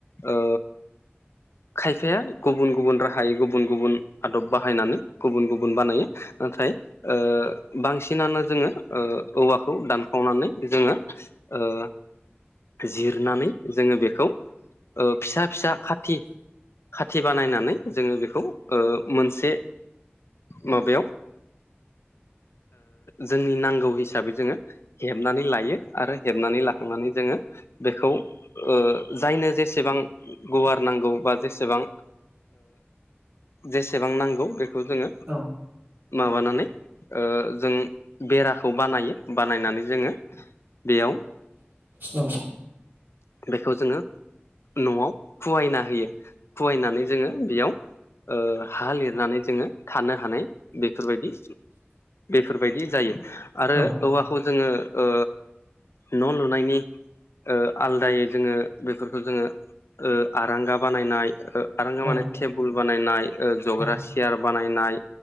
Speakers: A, on the left; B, on the right.
A: ओ खायफाया गुबुन गुबुन राहायै गुबुन गुबुन आदब बाहायनानै गुबुन गुबुन बानायो। नाथाय ओ बांसिनानो जोङो ओ औवाखौ दानखावनानै जोङो ओ जिरनानै जोङो बेखौ ओ फिसा फिसा खाथि खाथि बानायनानै जोङो बेखौ ओ मोनसे माबायाव जोंनि नांगौ हिसाबै जोङो हेबनानै लायो आरो हेबनानै ला जोङो बेखौ ओ जायनो जेसेबां गुवार नांगौ बा जेसेबां जेसेबां नांगौ बेखौ जोङो
B: औ
A: माबानानै जों बेराखौ बानायो बानायनानै जोङो बेयाव
B: औ
A: बेखौ जोङो न'आव खवायना होयो खवायनानै जोङो बेयाव ओ हा लिरनानै जोंङो थानो हानाय बेफोरबायदि बेफोरबायदि जायो आरो
B: औ
A: औवाखौजोंङो ओ न लु नायनि ओ आलदायै जोंङो बेफोरखौ जोंङो ओ आरांगा बानायनाय ओ आरांगा
B: औ
A: माने टेबोल बानायनाय जग्रा
B: औ
A: सियार बानायनाय